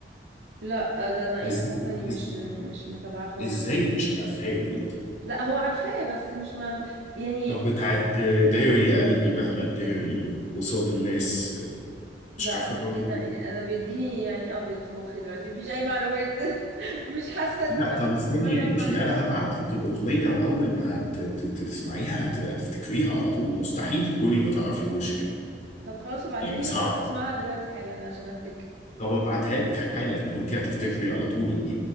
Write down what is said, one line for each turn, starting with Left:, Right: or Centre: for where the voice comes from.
Right: لا ده انا ايه
Left: إز...
Right: ده حاسه اني مش
Left: إز...
Right: مش متابعاه خالص
Left: ازاي مش عارفاه يا بنتي
Right: لا هو عارفاه بس مش ما يعني
Left: طب بتاعت داري يا قلبي مهما تداري قصاد الناس مش
Right: لا
Left: عارفة
Right: انا
Left: برضه
Right: ايه ده إيه انا بيديني يعني ابيض في مخي دلوقتي مفيش اي معلومات <laughs> مش حاسه اني
Left: لا
Right: ب-
Left: طب استني
Right: بجمع
Left: انت انا
Right: كلام
Left: هبعت لك الاغنيه واول ما هت- ت- تسمعيها هت- هتفتكريها على طول مستحيل تكوني ما تعرفيهوش يعني
Right: طب خلاص ابعتها
Left: يعني
Right: لي
Left: صعب
Right: وانا اروح اسمعها دلوقتي حالا عشان افتكر
Left: طب ابعتها لك حالا وانت هتفتكري
Right: ماشي
Left: على طول ان